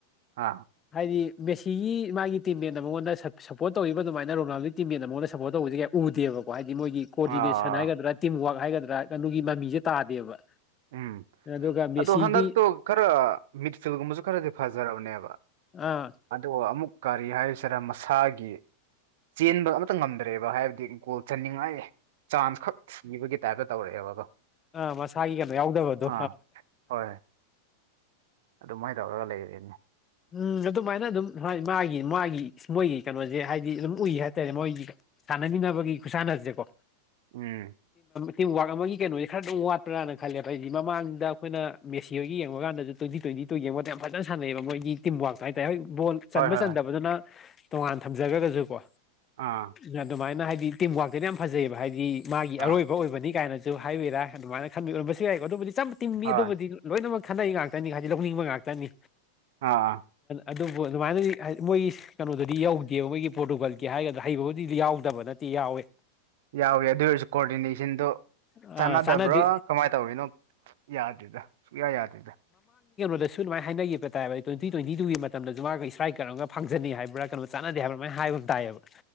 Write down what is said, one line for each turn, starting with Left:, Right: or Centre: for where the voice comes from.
Right: ꯑꯥ
Left: ꯍꯥꯏꯗꯤ ꯃꯦꯁꯤꯒꯤ ꯃꯥꯒꯤ ꯇꯤꯝ ꯃꯦꯟ ꯃꯥꯉꯣꯟꯗ ꯁꯞꯄꯣꯔꯠ ꯇꯧꯔꯤꯕ ꯑꯗꯨꯃꯥꯏꯅ ꯔꯣꯅꯥꯜꯣꯒꯤ ꯇꯤꯝ ꯃꯦꯟ ꯃꯥꯉꯣꯟꯗ ꯁꯄꯣꯔꯠ ꯇꯧꯕꯁ ꯀꯌꯥ ꯎꯗꯦꯕꯀꯣ ꯍꯥꯏꯗꯤ ꯃꯣꯏꯒꯤ ꯀꯣꯑꯣꯗꯤꯅꯦꯁꯟ
Right: ꯑꯥ
Left: ꯍꯥꯏꯒꯗ꯭ꯔꯥ ꯇꯤꯝ ꯋꯥꯛ ꯍꯥꯏꯒꯗ꯭ꯔꯥ ꯑꯗꯨꯒꯤ ꯃꯃꯤꯁꯦ ꯇꯥꯗꯦꯕ
Right: ꯎꯝ
Left: ꯑꯗꯨꯒ ꯃꯦꯁꯤꯗꯤ
Right: ꯑꯗꯣ ꯍꯟꯗꯛꯇꯣ ꯈꯔ ꯃꯤꯠ ꯐꯤꯜꯒꯨꯝꯕꯁꯨ ꯈꯔꯗꯤ ꯐꯖꯔꯕꯅꯦꯕ
Left: ꯑꯥ
Right: ꯑꯗꯨꯒ ꯑꯃꯨꯛ ꯀꯔꯤ ꯍꯥꯏꯔꯤꯁꯤꯔ ꯃꯁꯥꯒꯤ ꯆꯦꯟꯕ ꯑꯃꯇ ꯉꯝꯗ꯭ꯔꯦꯕ ꯍꯥꯏꯕꯗꯤ ꯒꯣꯜ ꯆꯥꯟꯅꯤꯡꯉꯥꯏ ꯆꯥꯟꯁ ꯈꯛ ꯊꯤꯕꯒꯤ ꯇꯥꯏꯞꯇ ꯇꯧꯔꯛꯑꯦꯕꯀꯣ
Left: <unintelligible> ꯃꯥꯒꯤ ꯀꯩꯅꯣ ꯌꯥꯎꯗꯕꯗꯣ
Right: ꯑꯥ ꯍꯣꯏ ꯑꯗꯨꯃꯥꯏꯅ ꯇꯧꯔꯒ ꯂꯩꯔꯤꯅꯦ
Left: ꯎꯝ ꯑꯗꯨꯃꯥꯏꯅ ꯑꯗꯨꯝ ꯃꯥꯒꯤ ꯃꯥꯒꯤ ꯃꯣꯏꯒꯤ ꯀꯩꯅꯣꯁꯦ ꯍꯥꯏꯗꯤ ꯑꯗꯨꯝ ꯎꯏ ꯍꯥꯏꯇꯥꯔꯦ ꯃꯣꯏꯒꯤ ꯁꯥꯟꯅꯃꯤꯟꯅꯅꯕꯒꯤ ꯈꯨꯠꯁꯥꯟꯅꯁꯦꯀꯣ
Right: ꯎꯝ
Left: ꯇꯤꯝꯋꯥꯛ ꯑꯃꯒꯤ ꯀꯩꯅꯣꯦ ꯈꯔ ꯑꯗꯨꯝ ꯋꯥꯠꯄ꯭ꯔꯥꯅ ꯈꯜꯂꯦꯕ ꯍꯥꯏꯗꯤ ꯃꯃꯥꯡꯗ ꯑꯩꯈꯣꯏꯅ ꯃꯦꯁꯤ ꯍ ꯌꯦꯡꯕ ꯀꯥꯟꯗꯁꯨ ꯇ꯭ꯋꯦꯟꯇꯤ ꯇ꯭ꯋꯦꯟꯇꯤ ꯇꯨ ꯌꯦꯡꯕ ꯃꯇꯝꯗ ꯌꯥꯝ ꯐꯖ ꯁꯥꯟꯅꯩꯌꯦꯕ ꯃꯣꯏꯒꯤ ꯇꯝꯋꯥꯛꯁ ꯍꯥꯏꯇꯥꯔ ꯍꯣꯏ ꯕꯣꯜ ꯆꯟꯕ
Right: ꯍꯣꯏ ꯍꯣꯏ
Left: ꯆꯟꯗꯕꯗꯨꯅ ꯇꯣꯉꯥꯟ ꯊꯝꯖꯈ꯭ꯔꯒꯁꯨ ꯀꯣ
Right: ꯑꯥ
Left: ꯌꯥ ꯑꯗꯨꯃꯥꯏꯅ ꯍꯥꯏꯗꯤ ꯇꯤꯝ ꯋꯥꯋꯥꯛꯛꯇꯗꯤ ꯌꯥꯝ ꯐꯖꯩꯑꯕ ꯍꯥꯏꯗꯤ ꯃꯥꯒꯤ
Right: ꯑꯥ
Left: ꯑꯔꯣꯏꯕ ꯑꯣꯏꯕꯅꯤ ꯀꯥꯏꯅ ꯁꯨ ꯍꯥꯏꯕꯤꯔꯥ ꯑꯗꯨꯃꯥꯏꯅ ꯈꯟꯕꯤꯔꯝꯕꯁꯨ ꯌꯥꯏꯀꯣ ꯑꯗꯨꯕꯨꯗꯤ ꯆꯆꯝ ꯇꯤꯡꯃꯤ
Right: ꯍꯣꯏ
Left: ꯑꯗꯨꯕꯨꯗꯤ ꯂꯣꯏꯅꯃꯛ ꯈꯠꯅꯩ ꯉꯥꯛꯇꯅꯤ ꯍꯥꯏꯗꯤ ꯂꯧꯅꯤꯡꯕ ꯉꯥꯛꯇꯅꯤ
Right: ꯑꯥ
Left: ꯑꯗꯨꯕꯨ ꯑꯗꯨꯃꯥꯏꯅ ꯃꯣꯏ ꯀꯩꯅꯣꯗꯗꯤ ꯌꯧꯗꯦꯕ ꯃꯣꯏꯒꯤ ꯄꯣꯔꯇꯨꯒꯜꯒꯤ ꯍꯥꯏꯒꯗ꯭ꯔꯥ ꯍꯩꯕꯕꯨꯗꯤ ꯌꯥꯎꯗꯕ ꯅꯠꯇꯦ ꯌꯥꯎꯋꯦ
Right: ꯌꯥꯎꯏꯤ ꯑꯗꯨ ꯑꯣꯏꯔꯁꯨ ꯀꯣꯑꯣꯗꯤꯅꯦꯁꯟꯗꯣ
Left: ꯑ
Right: ꯆꯥꯟꯅꯗꯕ꯭ꯔꯥ
Left: ꯆꯥꯟꯅꯗꯦ
Right: ꯀꯃꯥꯏꯅ ꯇꯧꯋꯤꯅꯣ ꯌꯥꯗꯣꯏꯗ ꯁꯨꯌꯥ ꯌꯥꯗꯣꯏꯗ
Left: ꯑꯗꯨꯁꯨ ꯑꯗꯨꯃꯥꯏ ꯍꯥꯏꯅꯈꯤꯕ ꯇꯥꯏꯕ ꯇ꯭ꯋꯦꯟꯇꯤ ꯇ꯭ꯋꯦꯟꯇꯤ ꯇꯨꯒꯤ ꯃꯇꯝꯗꯁꯨ ꯃꯥꯒ ꯏꯁꯔꯥꯏ ꯀꯔꯝꯒ ꯐꯥꯡꯪꯅꯤ ꯍꯥꯏꯕ꯭ꯔ ꯀꯣ ꯆꯥꯟꯅꯗꯦ ꯍꯥꯏꯕꯥꯥꯏꯅ ꯍꯥꯏꯕ ꯑꯃ ꯇꯥꯏꯑꯕ